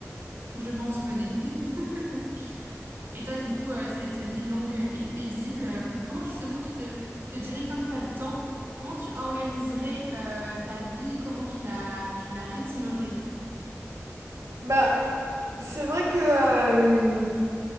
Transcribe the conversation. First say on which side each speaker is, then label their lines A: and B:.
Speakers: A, on the right (about 45°); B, on the right (about 80°).
A: que je pense mener. <laughs> Et toi, du coup, euh, cette vie longue et paisible, euh, comment justement tu te, te dirais comme tu as le temps, comment tu organiserais euh, ta vie, comment tu la, tu la rythmerais?
B: Bah, c'est vrai que euh,